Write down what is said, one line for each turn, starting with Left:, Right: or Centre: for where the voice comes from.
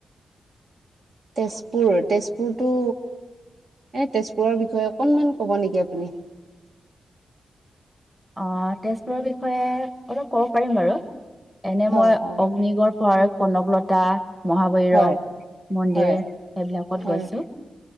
Right: তেজপুৰ তেজপুৰটো এ তেজপুৰৰ বিষয়ে অকনমান ক'ব নেকি আপুনি
Centre: অঁ, তেজপুৰৰ বিষয়ে অলপ ক'ব পাৰিম বাৰু। এনে মই
Right: অ', অ',
Centre: অগ্নিগড় পাৰ, কনকলতা, - মহাভৈৰৱ
Right: হয়,
Centre: মন্দিৰ
Right: হয়,
Centre: সেইবিলাকত
Right: হয়
Centre: গৈছো।